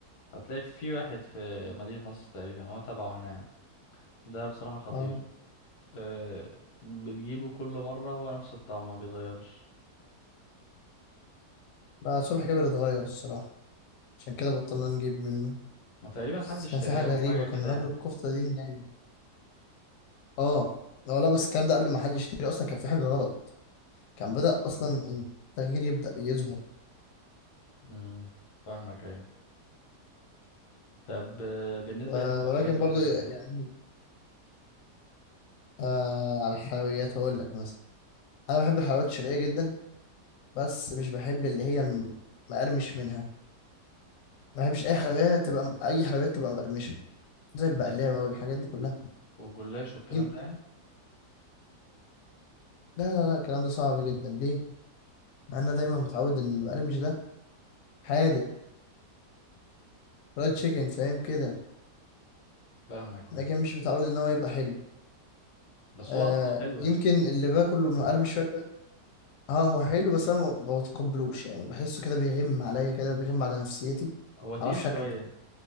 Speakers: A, on the left (about 80°); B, on the left (about 70°).
A: هتلاقي في واحد في مدينة نصر تقريبا هو تبعه هنا يعني ده بصراحة خطير
B: اه
A: أه بتجيبه كل مرة هو نفس الطعم ما بيتغيرش
B: لا صبحي كابر اتغير الصراحه عشان كده بطلنا نجيب منه
A: ما تقريبا
B: بس
A: حد اشتراه
B: كان في حاجه
A: وحاجة
B: غريبه
A: كده
B: كنا ناكل
A: يعني
B: الكفته دي نايم اه لا لا بس الكلام ده قبل ما حد يشتري اصلا كان في حاجه غلط كان بدأ اصلا التغيير يبدأ يظهر
A: امم فاهمك ايوه طب آه، بالنسبة
B: و-
A: للحلويات
B: ولكن
A: والحاجات
B: برضه يعني
A: دي
B: آه على الحلويات هقول لك مثلا انا بحب الحلويات الشرقيه جدا بس مش بحب اللي هي المقرمش منها ما بحبش اي حلويات تبقى م- اي حلويات تبقى مقرمشه زي البقلاوه
A: ده
B: والحاجات دي كلها
A: والجلاش والكلام
B: يم-
A: ده يعني
B: لا لا لا الكلام ده صعب جدا ليه مع إن
A: لا.
B: انا دايما متعود ان المقرمش ده حادق فرايد تشيكن فاهم كده
A: فاهمك فاهم
B: لكن مش متعود ان هو يبقى حلو
A: بس
B: آه
A: هو اصله حلو
B: يمكن
A: يا اسطى
B: اللي باكله مقرمش شويه ده اه هو حلو بس انا ما ما بتقبلوش يعني بحسه كده بيغم عليا كده بيغم على نفسيتي
A: هو تقيل
B: معرفش شكله
A: شوية